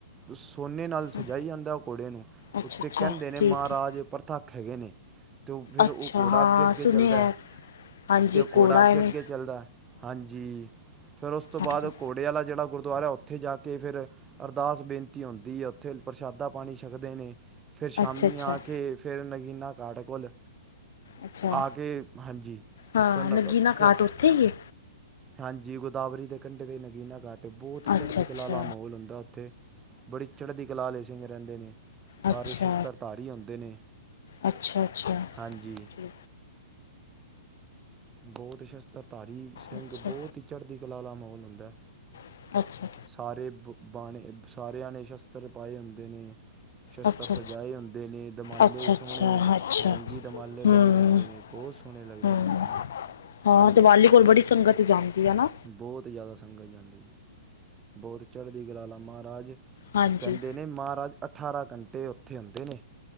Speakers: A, on the right; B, on the left.
A: ਸੋਨੇ ਨਾਲ ਸਜਾਈ
B: ਹਾਂ
A: ਜਾਂਦਾ ਉਹ ਘੋੜੇ ਨੂੰ
B: ਅੱਛਾ
A: ਉੱਤੇ
B: ਅੱਛਾ
A: ਕਹਿੰਦੇ ਨੇ
B: ਠੀਕ
A: ਮਹਾਰਾਜ
B: ਏ
A: ਪ੍ਰਥੱਕ ਹੈਗੇ ਨੇ ਤੇ ਉਹ ਫੇਰ
B: ਅੱਛਾ
A: ਉਹ ਘੋੜਾ
B: ਹਾਂ
A: ਅੱਗੇ ਅੱਗੇ
B: ਸੁਣਿਆ
A: ਚੱਲਦਾ
B: ਹਾਂਜੀ
A: ਤੇ ਓ ਘੌੜਾ
B: ਘੋੜਾ
A: ਅੱਗੇ-
B: ਐਵੇਂ
A: ਅੱਗੇ ਚੱਲਦਾ। ਹਾਂਜੀ ਫਿਰ ਉਸ ਤੋਂ
B: ਹਾਂਜੀ
A: ਬਾਅਦ, ਘੋੜੇ ਵਾਲਾ ਜੇੜਾ ਗੁਰਦੁਆਰਾ ਹੈ। ਉਥੇ? ਉੱਥੇ ਜਾ ਕੇ ਫੇਰ ਅਰਦਾਸ ਬੇਨਤੀ ਹੁੰਦੀ ਹੈ ਉੱਥੇ ਪ੍ਰਸ਼ਾਦਾ ਪਾਣੀ ਛਕਦੇ ਨੇ ਫਿਰ ਸ਼ਾਮੀ
B: ਅੱਛਾ ਅੱਛਾ
A: ਆ ਕੇ ਫਿਰ ਨਗੀਨਾ ਘਾਟ ਕੋਲ
B: ਅੱਛਾ
A: ਆ ਕੇ ਹਾਂਜੀ
B: ਹਾਂ
A: ਫਿਰ ਉਹਨਾਂ
B: ਨਗੀਨਾ
A: ਫਿਰ
B: ਘਾਟ
A: <unintelligible>
B: ਉੱਥੇ ਹੀ ਏ
A: ਹਾਂਜੀ ਗੋਦਾਵਰੀ ਦੇ ਕੰੰਢੇ ' ਨਗੀਨਾ ਘਾਟ ਬਹੁਤ
B: ਅੱਛਾ
A: ਚੜ੍ਹਦੀ
B: ਅੱਛਾ
A: ਕਲਾ ਆਲਾ ਮਾਹੌਲ ਹੁੰਦਾ ਉੱਥੇ ਬੜੀ ਚੜ੍ਹਦੀ ਕਲਾ ਆਲੇ ਸਿੰਘ ਰਹਿੰਦੇ ਨੇ ਸਾਰੇ
B: ਅੱਛਾ
A: ਸ਼ਸਤਰ ਧਾਰੀ ਹੁੰਦੇ ਨੇ
B: ਅੱਛਾ ਅੱਛਾ ਅੱਛਾ
A: ਹਾਂਜੀ ਬਹੁਤ ਸ਼ਸਤਰ ਧਾਰੀ ਸਿੰਘ
B: ਅੱਛਾ
A: ਬਹੁਤ ਹੀ ਚੜ੍ਹਦੀ ਕਲਾ ਆਲਾ ਮਾਹੌਲ ਹੁੰਦਾ
B: ਅੱਛਾ ਅੱਛਾ
A: ਸਾਰੇ ਬ ਬਾਣੇ, ਸਾਰਿਆਂ ਨੇ ਸ਼ਸਤਰ ਪਾਏ ਹੁੰਦੇ ਨੇ। ਸ਼ਸਤਰ
B: ਅੱਛਾ
A: ਸਜਾਏ
B: ਅੱਛਾ
A: ਹੁੰਦੇ ਨੇ, ਦਮਾਲੇ
B: ਅੱਛਾ ਅੱਛਾ
A: ਸੋਹਣੇ
B: ਅੱਛਾ
A: ਜੰਗੀ ਦਮਾਲੇ ਬੰਨੇ
B: ਹੂੰ
A: ਹੁੰਦੇ ਨੇ, ਬਹੁਤ ਸੋਹਣੇ ਲੱਗਦੇ
B: ਹੂੰ
A: ਨੇ।
B: ਹਾਂ,
A: ਹਾਂਜੀ
B: ਦੀਵਾਲੀ ਕੋਲ ਬੜੀ ਸੰਗਤ ਜਾਂਦੀ ਏ ਨਾ
A: ਬਹੁਤ ਜ਼ਿਆਦਾ ਸੰਗਤ ਜਾਂਦੀ, ਬਹੁਤ ਚੜ੍ਹਦੀ ਕਲਾ ਮਹਾਰਾਜ
B: ਹਾਂਜੀ
A: ਕਹਿੰਦੇ ਨੇ ਮਹਾਰਾਜ ਅਠਾਰਾਂ ਘੰਟੇ ਉੱਥੇ ਹੁੰਦੇ ਨੇ।